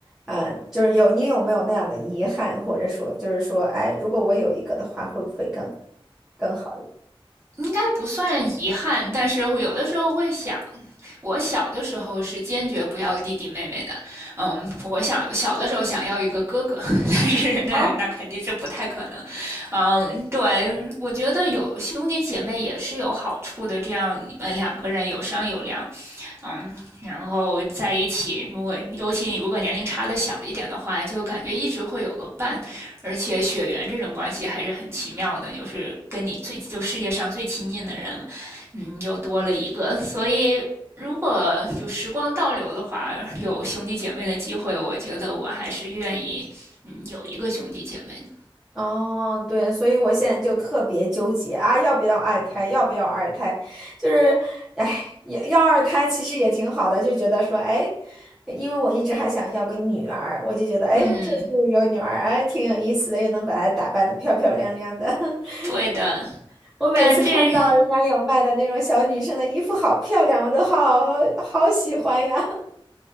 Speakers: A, in the centre; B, on the right (about 25°).
A: 嗯，就是有你有没有那样的遗憾，或者说就是说，哎，如果我有一个的话，会不会更更好一点？
B: 应该不算遗憾，但是会有的时候会想，我小的时候是坚决不要弟弟妹妹的。嗯，我想小的时候想要一个哥哥，但是那那肯定是不太可能。
A: 啊
B: 嗯，对，我觉得有兄弟姐妹也是有好处的，这样你们两个人有商有量，嗯，然后在一起，如果尤其你如果年龄差的小一点的话，就感觉一直会有个伴，而且血缘这种关系还是很奇妙的，就是跟你最就世界上最亲近的人，嗯，又多了一个。所以如果就时光倒流的话，有兄弟姐妹的机会，我觉得我还是愿意，嗯，有一个兄弟姐妹的。
A: 哦，对，所以我现在就特别纠结啊，要不要二胎？要不要二胎？就是，哎，要要二胎其实也挺好的，就觉得说，哎，因为我一直还想要个女儿，我就觉得，哎，
B: 嗯，
A: 这次有女儿，哎，挺有意思的，又能把她打扮的漂漂亮亮的。<laughs>
B: 对的，
A: 我每次看到人家有卖的那种小女生的衣服，
B: 但这
A: 好漂亮，我都好好喜欢呀！<laughs>